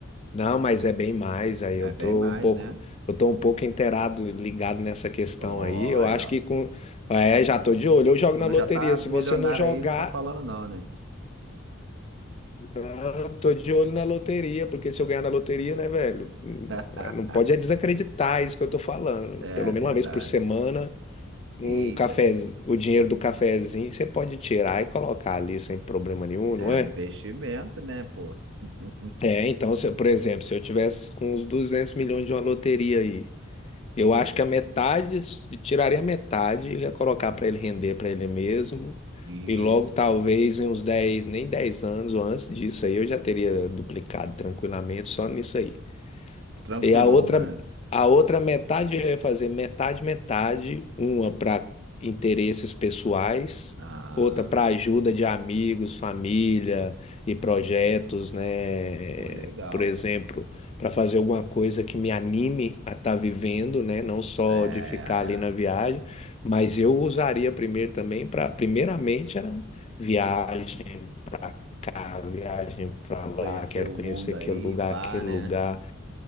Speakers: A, on the left; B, on the right.
A: Não, mas é bem mais. Aí
B: É
A: eu
B: bem
A: tô
B: mais,
A: um pouco,
B: né?
A: eu tô um pouco inteirado, ligado nessa questão
B: Olha,
A: aí. Eu acho que
B: ó.
A: com, é, já tô de olho. Eu jogo
B: Tu
A: na
B: não
A: loteria.
B: já tá milionário
A: Se você não jogar,
B: aí, e não tá falando não, né?
A: não, eu tô de olho na loteria, porque se eu ganhar na loteria, né, velho, hum,
B: <laughs>
A: não pode é desacreditar isso que eu tô falando.
B: É
A: Pelo
B: verdade.
A: menos uma vez por semana, um
B: Eita,
A: café, o dinheiro do cafezinho você pode tirar e colocar ali sem problema nenhum,
B: é
A: não é?
B: um investimento, né, pô? <laughs>
A: É, então, se eu- por exemplo, se eu tivesse com uns 200 milhões de uma loteria aí Eu acho que a metade, tiraria a metade e ia colocar para ele render para ele mesmo.
B: Isso.
A: E logo, talvez, em uns 10 nem 10 anos ou antes disso aí, eu já teria duplicado tranquilamente só nisso aí.
B: Tranquilão,
A: E a outra,
B: né?
A: a outra metade eu ia fazer metade, metade, uma para interesses pessoais,
B: Ah,
A: outra para ajuda de amigos, família e projetos, né?
B: pô, legal,
A: Por exemplo,
B: cara.
A: para fazer alguma coisa que me anime a estar vivendo, né? Não só
B: É, é,
A: de ficar ali na
B: é.
A: viagem, mas eu usaria primeiro também para, primeiramente era viagem, cara, viagem para lá,
B: Conhecer
A: quero
B: o
A: conhecer
B: mundo
A: aquele
B: aí,
A: lugar,
B: pá,
A: aquele
B: né?
A: lugar.